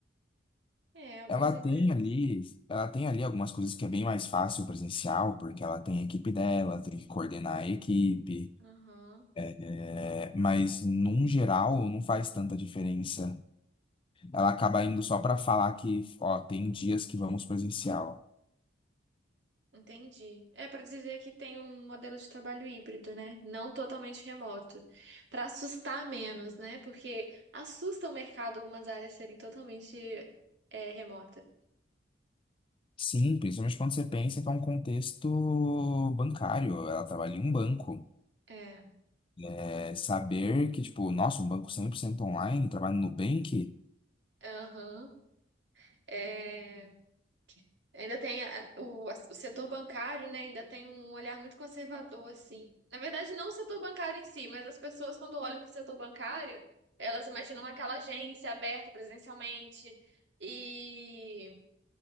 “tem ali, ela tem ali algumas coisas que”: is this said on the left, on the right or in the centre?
Left